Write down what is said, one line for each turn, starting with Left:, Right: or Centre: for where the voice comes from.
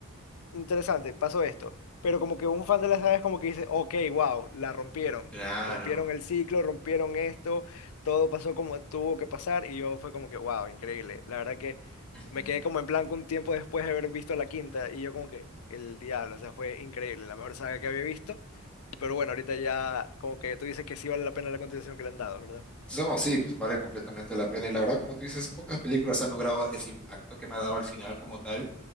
Left: interesante, pasó esto. Pero como que un fan de la saga es como que dice, ok, wow, la rompieron.
Centre: claro.
Left: Rompieron el ciclo, rompieron esto, todo pasó como tuvo que pasar y yo fue como que, wow, increíble. La verdad que
Centre: ujú.
Left: me quedé como en blanco un tiempo después de haber visto la quinta y yo como que, el diablo, o sea, fue increíble, la mejor saga que había visto. Pero bueno, ahorita ya como que tú dices que sí vale la pena la contribución que le han dado, ¿verdad?
Centre: So, sí, pues vale completamente la pena. Y la verdad, como tú dices, pocas películas han logrado ese impacto que me ha dado al final como tal.